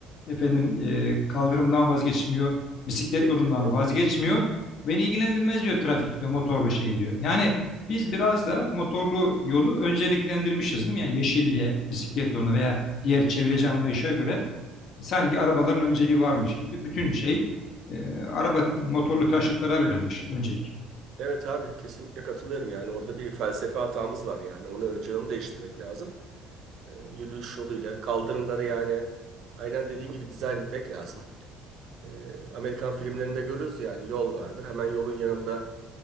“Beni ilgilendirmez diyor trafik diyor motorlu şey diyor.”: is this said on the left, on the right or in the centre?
Left